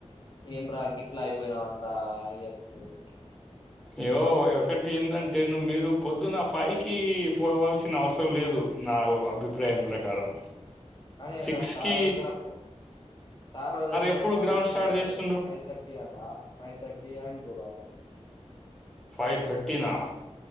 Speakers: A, on the left; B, in the centre.
A: ఏం రా గిట్లా అయిపోయినావు అంతా అని చెప్తురు
B: అయ్యో ఒకటి ఏంటంటే ను్ మీరు పొద్దు నా ఫయికి పోవాల్సిన అవసరం లేదు నా అభిప్రాయం ప్రకారం
A: కానీ అక్కడ
B: సిక్స్
A: సార్
B: కి
A: దగ్గర పో సార్ దగ్గర
B: ఎప్పుడు
A: పోవాలంటే
B: గ్రౌండ్ స్టార్ట్ చేస్తుండు
A: ఫైవ్ థర్టీ అక్క ఫైవ్ థర్టీ అంటూ వాళ్ళు
B: ఫైవ్ థర్టీనా